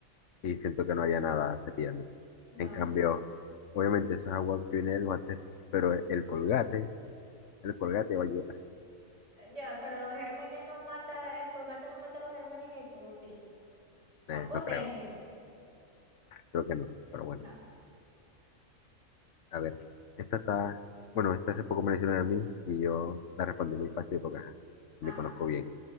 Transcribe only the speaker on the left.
Y siento que no haría nada al cepillarme.
En cambio, obviamente eso es agua que viene del váter, pero el colgate, el colgate va a ayudar.
Eh,
no creo, creo que no, pero bueno.
A ver, esta está, bueno, esta hace poco me la hicieron a mí y yo la respondí muy fácil porque ajá,
me conozco bien.